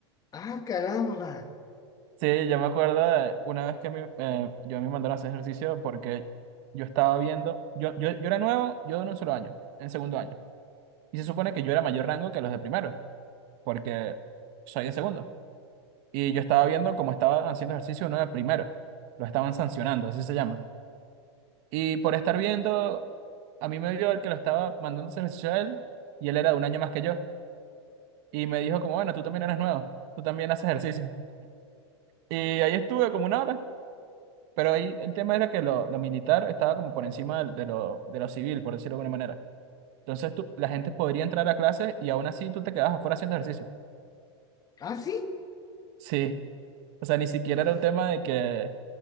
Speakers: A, on the left (about 25°); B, on the right (about 55°).
A: ah, caramba,
B: Sí, yo me acuerdo de una vez que mi- eh, yo me mandaron a hacer ejercicio porque yo estaba viendo, yo, yo, yo era nuevo, yo en un solo año, en segundo año. Y se supone que yo era mayor rango que los de primero, porque soy de segundo. Y yo estaba viendo cómo estaba haciendo ejercicio uno de primero. Lo estaban sancionando, así se llama. Y por estar viendo, a mí me vio el que lo estaba mandando a hacer ejercicio a él, y él era de un año más que yo. Y me dijo como, bueno, tú también eres nuevo, tú también haces ejercicio. Y ahí estuve como una hora. Pero ahí el tema era que lo, lo militar estaba como por encima de, de lo, de lo civil, por decirlo de alguna manera. Entonces tú, la gente podría entrar a clases y aún así tú te quedabas afuera haciendo ejercicio.
A: ah, sí,
B: Sí. O sea, ni siquiera
A: uff.
B: era un tema de que,